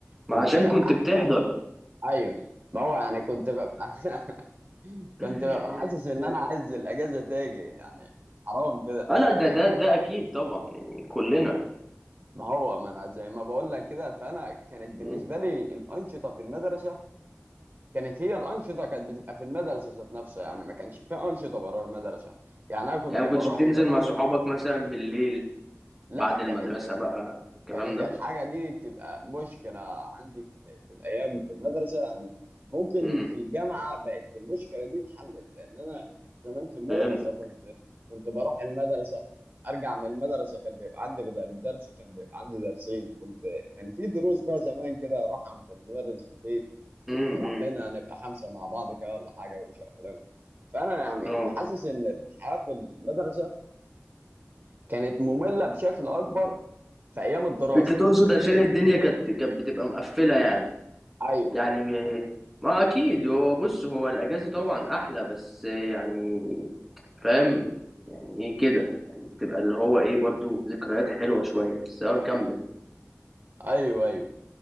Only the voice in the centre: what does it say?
ما
عشان
كنت بتحضر
<laughs>
اه لا ده
ده ده اكيد طبعا يعني كلنا
مم.
يعني ما
كنتش بتنزل
مع صحابك مثلا بالليل
بعد المدرسة
بقى الكلام
ده
مم.
فهمتك
مم.
مم.
اه
انت تقصد عشان الدنيا كانت كانت بتبقى مقفلة يعني
يعني م- ما اكيد هو بص هو الاجازة طبعا احلى بس يعني فاهم يعني ايه كده يعني بتبقى اللي هو ايه برضو ذكريات حلوة شوية بس اه كمل